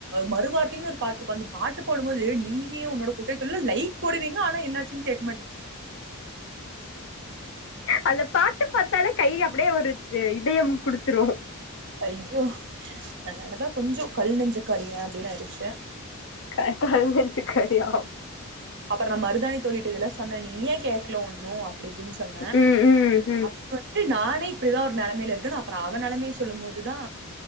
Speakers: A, on the right; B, on the left.
A: மறுவார்த்தைனு ஒரு பாட்டுருக்கு அந்த பாட்டு போடும்மோது நீயே உன்னோட குட்டை தொழ்ல லைக் போடுவீங்க ஆனா என்னாச்சு <unintelligible>
B: அந்த பாட்டு பாத்தாலே கை அப்டே ஒரு து இதயம் குடுத்துருவோ
A: ஐயோ அதனாலதா கொஞ்சோ கல் நெஞ்சுக்காரீங்க அப்படின்னு ஆயிடுச்சு
B: கா கல் நெஞ்சு காரியா
A: அப்பற நா மருதானி தோழிட்ட இதுலா சொன்ன நீ ஏன் கேக்கல ஒண்ணு அப் அப்டிப்டின்னு சொன்ன
B: ம் ம் ம்
A: அப் வன்ட்டு நானே இப்படிதா ஒரு நெலமைல இருக் ட்டு நா அப்பற அவ நலமைய சொல்லும் மோதுதா